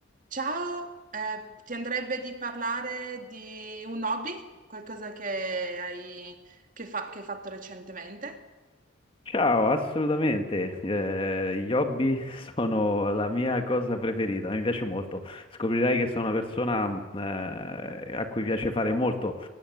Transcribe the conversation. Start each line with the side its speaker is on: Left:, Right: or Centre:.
Right: Ciao, eh, ti andrebbe di parlare di un hobby? Qualcosa che hai, che fa- che hai fatto recentemente?
Left: Ciao, assolutamente. Eh, gli hobby <laughs> sono la mia cosa preferita, mi piace molto. Scoprirai che sono una persona eh, a cui piace fare molto